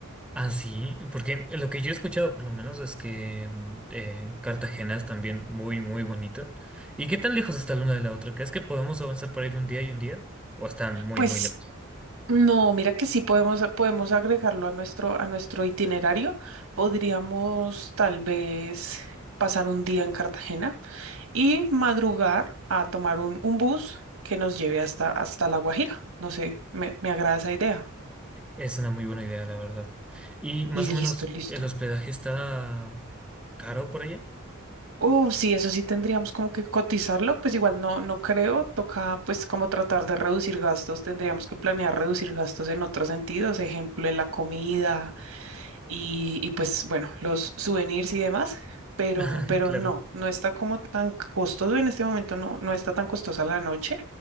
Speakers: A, in the centre; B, on the right.
A: Ah, sí, porque lo que yo he escuchado por lo menos es que mm, eh, Cartagena es también muy, muy bonita. ¿Y qué tan lejos está la una de la otra? ¿Crees que podemos avanzar para ir un día y un día? ¿O están muy,
B: Pues.
A: muy lejos?
B: No, mira que sí podemos, podemos agregarlo a nuestro, a nuestro itinerario. Podríamos tal vez pasar un día en Cartagena y madrugar a tomar un, un bus que nos lleve hasta, hasta La Guajira. No sé, me, me agrada esa idea.
A: Es una muy buena idea, la verdad. Y más
B: Listo,
A: o menos
B: listo.
A: el hospedaje está caro por allá.
B: Uh, sí, eso sí tendríamos como que cotizarlo, pues igual no, no creo, toca pues como tratar de reducir gastos, tendríamos que planear reducir gastos en otros sentidos, ejemplo, en la comida y, y pues bueno, los souvenirs y demás, pero,
A: <laughs>
B: pero
A: Claro.
B: no, no está como tan costoso en este momento, no, no está tan costosa la noche,